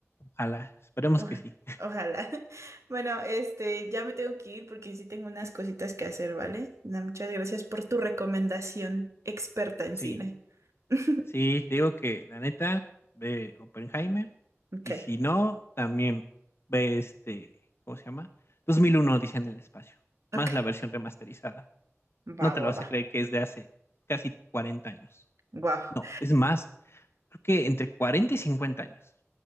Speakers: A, on the left (about 55°); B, on the right (about 75°).
A: ojalá, esperemos
B: Oja-
A: que sí.
B: Ojalá. <laughs> Bueno, este, ya me tengo que ir porque sí tengo unas cositas que hacer, ¿vale? Na, Muchas gracias por tu recomendación experta en
A: Sí,
B: cine. <laughs>
A: sí, te digo que la neta, ve Oppenheimer
B: Ok,
A: y si no, también ve este, ¿cómo se llama? 2001, dice en el espacio,
B: ok.
A: más la versión remasterizada. No
B: Va,
A: te
B: va,
A: lo vas
B: va.
A: a creer que es de hace casi 40 años.
B: Guau.
A: No, es más, creo que entre 40 y 50 años.